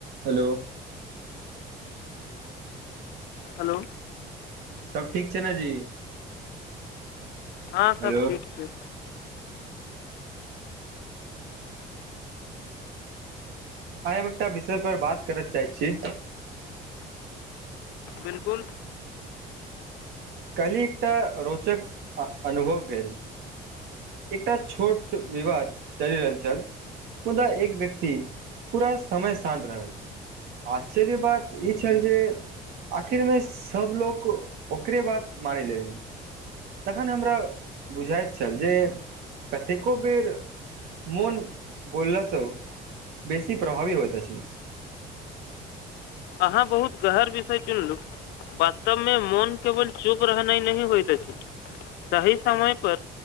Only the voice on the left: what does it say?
हेलो
हँ सब
ठीक छै
बिल्कुल
अहाँ बहुत गहण विषय चुनलहुँ वास्तव मे मोन केवल चुप रहनाइ नहि होइत अछि सही समय पर